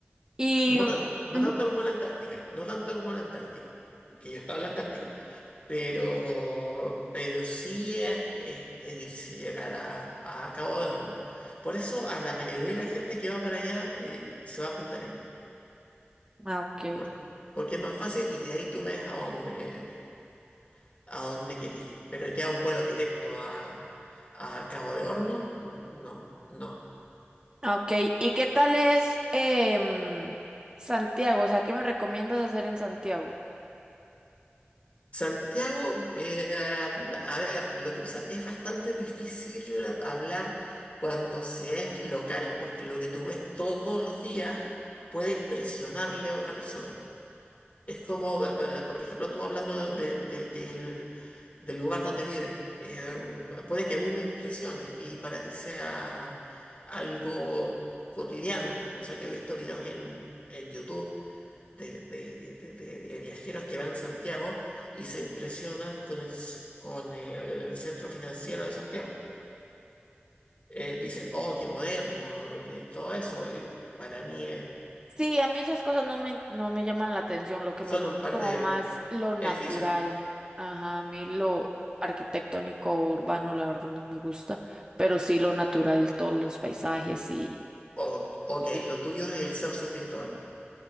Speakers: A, on the right (about 20°); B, on the left (about 35°).
A: Y...
B: No, ta- no
A: ujú,
B: tanto como en la Antártica, no tanto como en la Antártica, que yo estaba en la Antártica, pero, pero sí es, es, es difícil llegar a, a Cabo de Hornos. Por eso a la mayoría de la gente que va para allá eh, se va a apuntar en
A: Ah, ok.
B: por- porque es más fácil y de ahí tú ves a dónde, a dónde quieres ir. Pero ya un vuelo directo a, a Cabo de Hornos, no, no.
A: Ok, ¿y qué tal es em, Santiago? O sea, ¿qué me recomiendas hacer en Santiago?
B: Santiago, eh, a ver, lo que pasa es bastante difícil hablar cuando se es local, porque lo que tú ves todos los días puede impresionarle a otra persona. Es como, eh, eh, por ejemplo, tú hablando de- de- del, del lugar donde vives, eh, puede que a mí me impresione y para ti sea algo cotidiano. O sea, yo he visto videos en, en YouTube de, de- de- de- de- de viajeros que van a Santiago y se impresionan con el, c- con el centro financiero de Santiago. Eh, dicen, oh, qué moderno y todo eso. Y para mí es-
A: Sí, a mí esas cosas no me, no me llaman la atención, lo que
B: son
A: me gusta
B: un
A: es
B: par
A: como
B: de
A: más lo natural.
B: edificios.
A: Ajá, a mí lo arquitectónico o urbano, la verdad, no me gusta, pero sí lo natural, todos los paisajes y...
B: O- ok,
A: y Ya.
B: lo tuyo es el Cerro San Cristóbal.